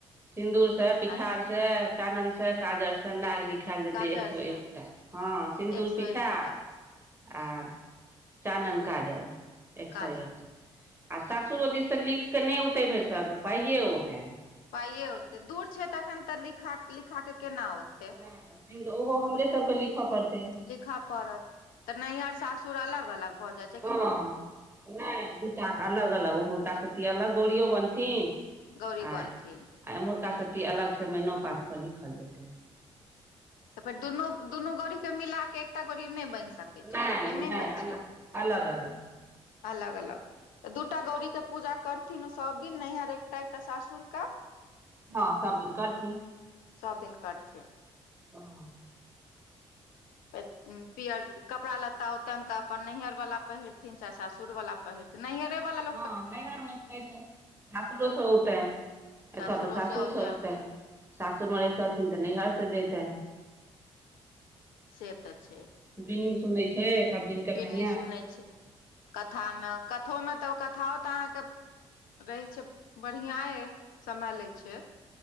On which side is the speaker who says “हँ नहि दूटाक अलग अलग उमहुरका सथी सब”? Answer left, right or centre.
Right